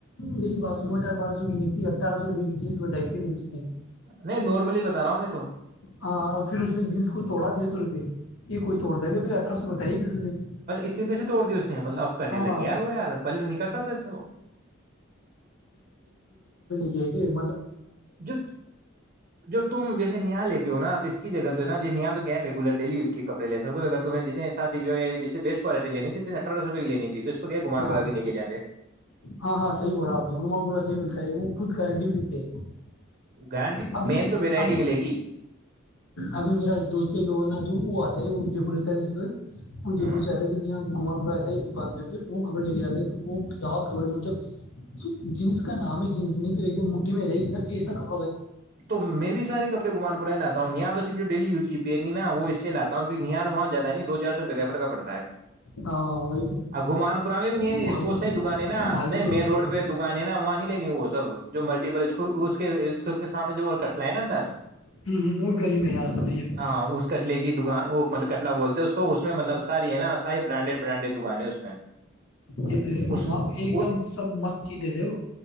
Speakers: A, on the left (about 75°); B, on the right (about 40°).
A: میری باتس نو ہزار بارہ سو کی نہیں تھی اٹھارہ سو روپئے جینس بتائی تھی م میں اس نے
B: نہیں نارملی بتا رہا ہوں میں تو
A: ہاں پھر اس نے جیننس کو توڑا چھ سو روپے یہ کوئی توڑ د تا ہیں کے بھائی اٹھارہ سو بتائیے پھر اس نے
B: ارے اتنے پیسے توڑ دی اسے مطلب اب کرنے
A: ہاں
B: لگے یارو یار پہلے تو نہیں کرتا تھاسے وہ
A: جیی <unintelligible>
B: ج ج تم جیس نیاال لیتی ہو نا اس کی جگہ ہےا ج یہ تو کیایولر ڈی یز کپڑے ستے تو اگر تمہ جس بیٹ کوالٹی لینیھی اٹارہوپ کی لیی تھی تو اس کو کیا گھمان
A: ہاں
B: کرا کے لے کے جاتے
A: ہاں ہاں صحیح بول رہا آپ نے گھما صحیح ملتا ہے وہ خ گارنٹی بھی دیتے
B: گارنٹی
A: ابھی
B: مین تو ویرائٹی
A: ابھی
B: ملے گی
A: ابھی میرا ایک دوست جو وہ نا جو وہ آتا ت جی پور ات ہے بھی س توے ہجے
B: ہوں
A: پور شاد ج بھییا گومن پورے دکان پ وہ کپڑے لے کے جاتا ہے تو وہ کیا کپڑے مطلب جس کا نام ہے جس نہیں تو ایک دم مٹھی میں رہ ایسا کپڑ
B: تو میں بھی سارے کپڑے گمان بن لاتا ہوں یہاں تو صرف ڈیلی یوز کی پینی نا وہ اس سے لاتا ہوں کیہیار وہاں ج زیاہ نہیں دو چار سو روپئے کا فھر کا پڑتا ہے
A: ہاں وہی تو
B: اور گھومان پورا میں بھی نہیں
A: مال
B: ہے اس پ
A: بھی صحیح
B: سی دکان ہے
A: ایسے
B: نا
A: مال
B: نہیں
A: بھی صحیح
B: مین
A: ملتا
B: روڈ
A: ہے
B: پہ دکان ہے نا وہاں نہیں لینی وہ سب جو ملٹیپل اسکول اس کے اسول سامنے جو ہے نا اندر
A: ہوں ہوں، اس گلی میں یہاں سمجھیے
B: ہاں اس کٹلے کی دکان وہ مطلب کتلا بولتے اس کو اس میں مطلب ساری ہے نا ساری برانڈیڈ برانڈیڈ دکان ہے اس میں
A: یہ تو
B: اس
A: ایک
B: وہ-
A: دم سب مست چیز دے دے ہو